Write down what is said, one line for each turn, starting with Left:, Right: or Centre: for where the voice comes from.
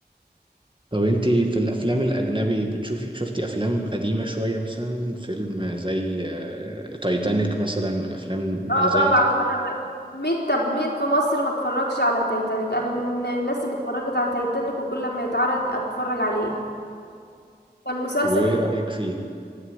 Right: طب أنتي في الأفلام الأجنبي بتشوفي شفتي أفلام قديمة شوية مثلا فيلم زي آه، تايتانيك مثلا والأفلام اللي
Left: اه طبعا
Right: زي دي
Left: اتفرج مين طب مين في مصر ما اتفرجش على تايتانيك انا من الناس اللي اتفرجت على تايتانيك وكل ما يتعرض اتفرج عليه كان مسلسل
Right: طب وإيه
Left: حلو
Right: رأيك فيه؟